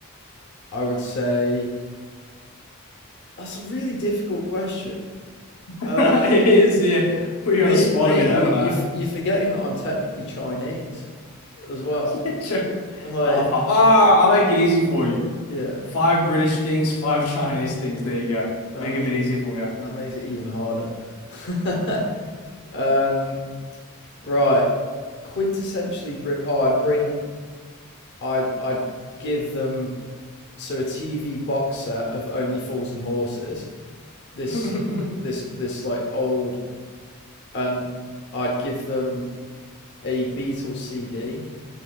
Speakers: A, on the left; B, on the left.
A: I would say that's a really difficult question.
B: It
A: Uh,
B: is, yeah. Put you
A: mate,
B: on the spot
A: mate,
B: a bit, haven't
A: you you
B: I? <laughs>
A: you're forgetting that I'm technically Chinese as well.
B: Yeah, sure.
A: Like,
B: Half, half. Ah, I'll make it easy for you.
A: yeah.
B: Five British things, five Chinese things. There you go.
A: Oh,
B: Make it a bit easier for you.
A: that makes it even harder. <laughs> um, right. Quintessentially Brit. Oh, I'd bring I'd I'd give them so a TV box set of Only Fools and Horses. This
B: <laughs>
A: this this like old and I'd give them a Beatles CD,